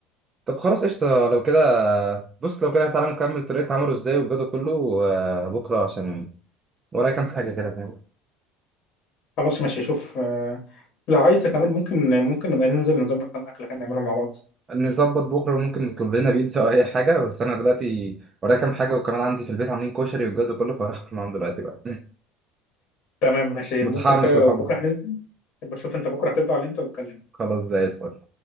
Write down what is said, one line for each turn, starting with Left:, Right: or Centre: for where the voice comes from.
Right: طب خلاص قشطه لو كده بص لو كده تعالى نكمل طريقه عمله ازاي والجو ده كله آه، بكره عشان ورايا كام حاجه كده فاهم
Left: خلاص ماشي شوف آه، لو عايزه كمان ممكن ممكن نبقى ننزل نظبط كام اكله كده نعملهم مع بعض
Right: نظبط بكره ممكن نطلب لنا بيتزا او اي حاجه بس انا دلوقتي ورايا كام حاجه وكمان عندي في البيت عاملين كشري والجو ده كله فراح اكل معاهم دلوقتي بقى <laughs>
Left: تمام ماشي
Right: متحمس
Left: ممكن كده
Right: لحمص
Left: لو بكره هننزل يبقى شوف انت بكره هتفضى على امتى وبكلمني
Right: خلاص زي الفل